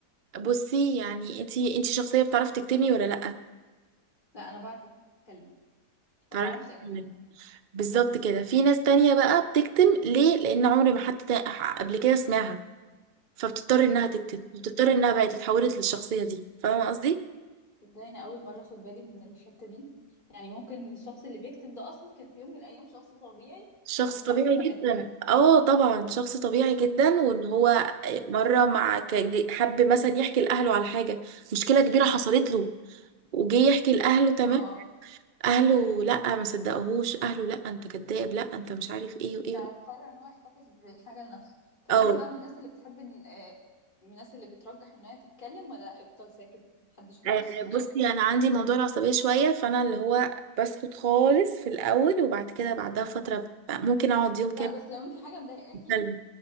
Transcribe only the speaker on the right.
بصي يعني انتي انتي شخصية بتعرفي تكتمي ولا لأ
تعرفي
تكتمي. بالظبط كده في ناس تانية بقى بتكتم ليه لأن عمري ما حد تا- قبل كده سمعها فبتضطر إنها تكتم بتضطر إنها بقى تتحولت للشخصية دي فاهمة قصدي؟
شخص
طبيعي
جدا اه طبعا شخص طبيعي جدا وان هو مره مع كان جي- حب مثلا يحكي لاهله على حاجه مشكله كبيره حصلت له وجي يحكي لاهله تمام
اهله لا ما صدقوهوش اهله لا انت كذاب لا انت مش عارف ايه وايه
او
آه، آه،
بصي انا عندي موضوع العصبيه شويه فانا اللي هو بسكت خالص في الاول وبعد كده بعدها فتره ب- ممكن اقعد يوم
كامل